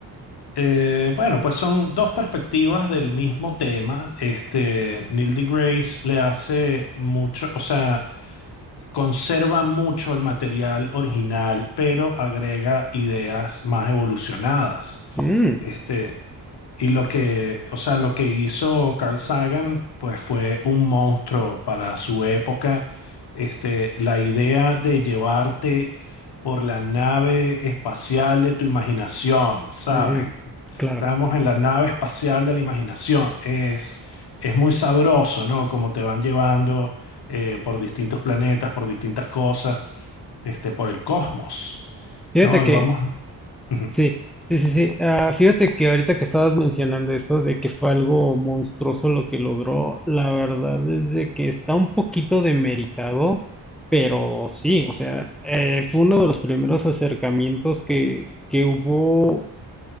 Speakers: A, on the left; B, in the centre.
A: Eh, bueno, pues son dos perspectivas del mismo tema. Este, Neil deGrasse le hace mucho, o sea, conserva mucho el material original, pero agrega ideas más evolucionadas.
B: Mm,
A: Este, y lo que, o sea, lo que hizo Carl Sagan, pues fue un monstruo para su época. Este, la idea de llevarte por la nave espacial de tu imaginación, ¿sabes?
B: ujú, claro.
A: Estamos en la nave espacial de la imaginación. Es, es muy sabroso, ¿no? Como te van llevando eh, por distintos planetas, por distintas cosas, este, por el cosmos,
B: Fíjate
A: ¿no?
B: que,
A: Y vamos. Ujú.
B: sí, sí, sí, sí. ah, fíjate que ahorita que estabas mencionando eso de que fue algo monstruoso lo que logró, la verdad es de que está un poquito demeritado, pero sí, o sea, eh, fue uno de los primeros acercamientos que, que hubo